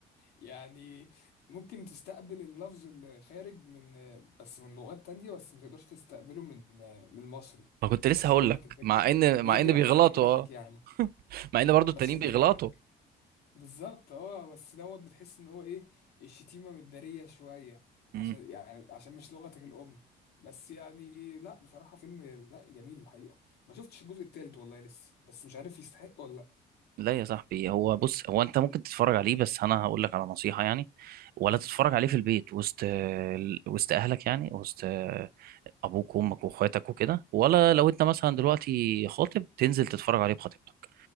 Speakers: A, on the left; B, on the right.
A: يعني ممكن تستقبل اللفظ الخارج من بس من لغات تانية بس ما تقدرش تستقبله من من المصري
B: ما كنت لسه
A: واصل
B: هقول لك
A: لك الفكره
B: مع ان
A: بيجرح
B: مع ان بيغلطوا
A: بيجرحك
B: اه
A: يعني
B: <laughs> مع ان برضو
A: بس
B: التانيين
A: عشان
B: بيغلطوا
A: بيجرحك بالظبط اه بس دوت بتحس ان هو ايه الشتيمه متداريه شويه
B: مم.
A: عشان يعني عشان مش لغتك الام بس يعني لا بصراحه فيلم لا جميل الحقيقه ما شفتش الجزء التالت والله لسه بس مش عارف يستحق ولا لا
B: لا يا صاحبي هو بص هو انت ممكن تتفرج عليه بس انا هقول لك على نصيحة يعني ولا تتفرج عليه في البيت وسط وسط اهلك يعني وسط آه، ابوك وامك واخواتك وكده ولا لو انت مثلا دلوقتي خاطب تنزل تتفرج عليه بخطيبتك